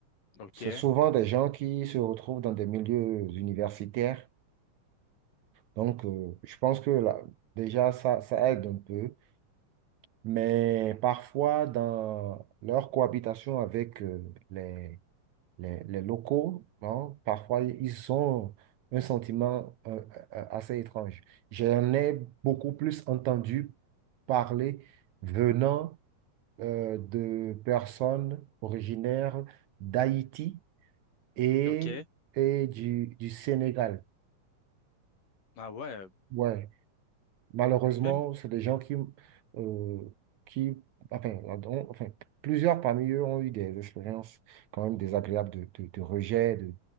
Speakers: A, on the left; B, on the right.
A: Ok,
B: C'est souvent des gens qui se retrouvent dans des milieux universitaires Donc, euh, je pense que là, déjà, ça, ça aide un peu, mais parfois, dans leur cohabitation avec euh, les, les, les locaux, hein, parfois, ils ont un sentiment euh, euh, euh, assez étrange. J'en ai beaucoup plus entendu parler venant euh, de personnes originaires d'Haïti et,
A: ok.
B: et du, du Sénégal.
A: Ah ouais,
B: Ouais, Malheureusement,
A: même.
B: c'est des gens qui, euh, qui enfin, ont- enfin, plusieurs parmi eux ont eu des expériences quand même désagréables de, de, de rejet, de,